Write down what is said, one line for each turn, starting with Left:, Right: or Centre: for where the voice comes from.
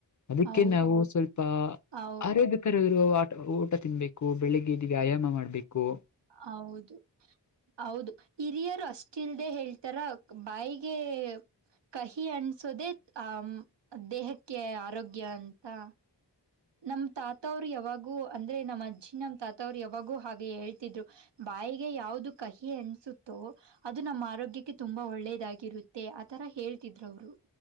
Left: ಅದಕ್ಕೆ
Right: ಹೌದು
Left: ನಾವು ಸ್ವಲ್ಪ
Right: ಹೌದು
Left: ಆರೈ ಗ್ಯಕರ ಇರುವ ಆಟ ಊಟ ತಿನ್ಬೇಕು ಬೆಳಿಗ್ಗೆ ಇದ ವ್ಯಾಯಾಮ ಮಾಡ್ಬೇಕು.
Right: ಹೌದು ಹೌದು ಹಿರಿಯರು ಅಷ್ಟ ಇಲ್ದೆ ಹೇಳ್ತಾರ ಬಾಯಿಗೆ. ಕಹಿ ಅಣಸೋದೆ ಆಮ್ ದೇಹಕ್ಕೆ ಆರೋಗ್ಯ ಅಂತಾ. ನಮ್ಮ ತಾತ ಅವ್ರು ಯಾವಾಗೂ ಅಂದ್ರೆ ನಮ್ಮ ಅಜ್ಜಿ ನಮ್ಮ ತಾತವ್ರು ಯಾವಾಗೂ ಹಾಗೆ ಹೇಳ್ತಿದ್ರು. ಬಾಯಿಗೆ ಯಾವ್ದ ಕಹಿ ಅಣಸುತ್ತೋ ಅದು ನಮ್ಮ ಆರೋಗ್ಯಕ್ಕೆ ತುಂಬಾ ಒಳ್ಳೇದಾಗಿರುತ್ತೆ. ಆತರ ಹೇಳ್ತಿದ್ರು ಅವರು